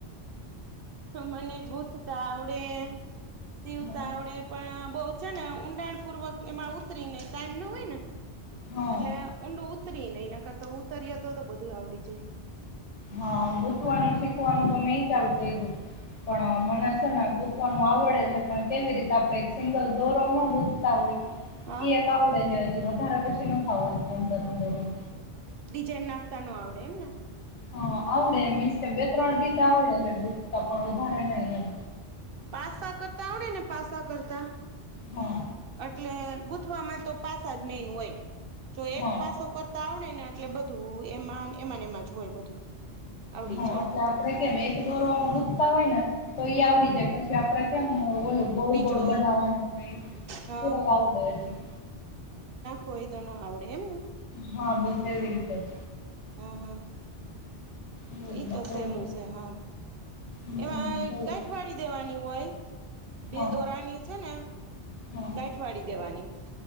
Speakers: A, on the right; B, on the left.
A: મને ગૂથતા આવડે શીવતા
B: હા
A: આવડે પણ બહુ છે ને ઊંડાણ પૂર્વક એમાં ઉતરી ને ટાઈમ ના હોય ને.
B: હા
A: એટલે ઊંડું ઉતરી ને એના કરતા ઉતરીએ તો તો બધું આવડી જાય.
B: હા ગુતવાનું શીખવાનું તો મેં ચાલુ કર્યું હતું. પણ મના
A: હા.
B: છે ને નું આવડે છે પણ કેવી રીતે આપણે સિંગલ દોરો ન ગુથતા હોય
A: હા
B: એ એક આવડે છે. <unintelligible> વધારે પછી ન ખઆવડત અંદરમંદરમ.
A: ડિઝાઇન નાખતા ન આવડે એમને.
B: હા આવડે એમી બે ત્રણ રીતે આવડે હ ગુથતા પણ વધારે નહી એમ.
A: પાસા કરતા આવડે ને પાસા કરતા.
B: હા
A: અટલે ગુત વામાં તો પાસા જ મેન હોય. જો એક
B: હા
A: પાસો કરતા આવડે એટલે બધું એમાં એમાંને એમાં જ હોય બધું. આવડી
B: હા
A: જાય
B: એટલે આપડે કેમ એક દોરો ગુધતા હોય ને તો એઈ
A: હમ
B: આવડી જાય પછી આપડે કેમ ઓલું ગોળ
A: બીજો
B: ગોળ બનાવવાનું કઈ
A: હા
B: આવડે હજી.
A: કોઈ તો ન આવડે એમને.
B: હા બોધ એવી રીતે જ.
A: હા હા!
B: જ એવું
A: એઈ તો સહેલું
B: એવું નથી
A: છે હાવ.
B: હમ
A: એમાં
B: જોયું
A: ગઠવાડી દેવાની હોય. બે
B: હા
A: દોરાની છે ને
B: હા
A: ગાંઠવાળી દેવાની.